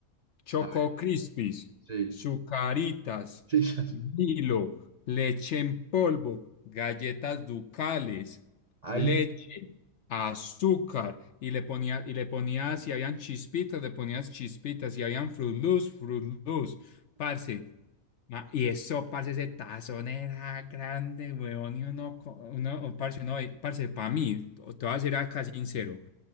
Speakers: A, on the left (about 60°); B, on the right (about 40°).
A: Choco
B: A ver,
A: Crispis,
B: sí,
A: Sucaritas,
B: sí, <laughs> ya-
A: Milo, leche en polvo, galletas ducales,
B: ay.
A: leche, azúcar, y le ponía, y le ponía, si habían chispitas, le ponías chispitas, si habían Froot Loops, Froot Loops, parce. Ah, y eso, parce, ese tazón era grande, weón, y uno, co- uno oh, parce, no, eh, parce, para mí, te voy a ser acá sincero,